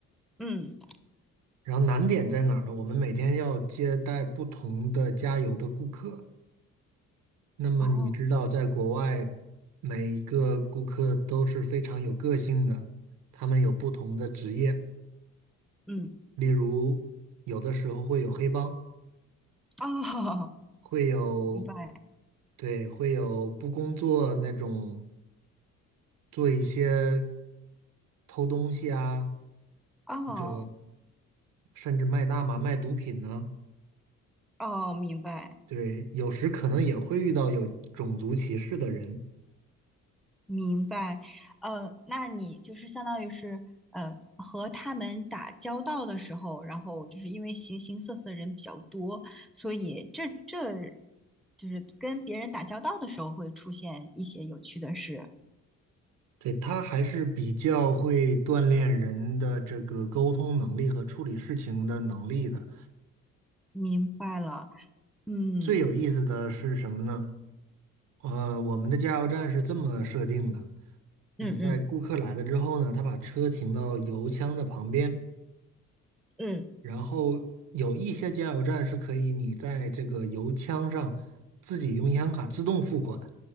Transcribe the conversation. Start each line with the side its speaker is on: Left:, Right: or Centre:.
Centre: 嗯，
Right: 然后难点在哪儿呢？我们每天要接待不同的加油的顾客。那么你知道，
Centre: 哦，
Right: 在国外，每一个顾客都是非常有个性的，他们有不同的职业，
Centre: 嗯
Right: 例如有的时候会有黑帮，
Centre: 哦，<laughs>
Right: 会有，
Centre: 明白，
Right: 对，会有不工作那种做一些偷东西啊，
Centre: 哦
Right: 或者甚至卖大麻、卖毒品呢、
Centre: 哦，明白
Right: 对，有时可能也会遇到有种族歧视的人。
Centre: 明白，呃，那你就是相当于是呃和他们打交道的时候，然后就是因为形形色色的人比较多，所以这这就是跟别人打交道的时候会出现一些有趣的事。
Right: 对，它还是比较会锻炼人的这个沟通能力和处理事情的能力的。
Centre: 明白了，嗯
Right: 最有意思的是什么呢？呃，我们的加油站是这么设定的，
Centre: 嗯嗯
Right: 嗯，在顾客来了之后呢，他把车停到油枪的旁边，
Centre: 嗯，
Right: 然后有一些加油站是可以你在这个油枪上自己用银行卡自动付款，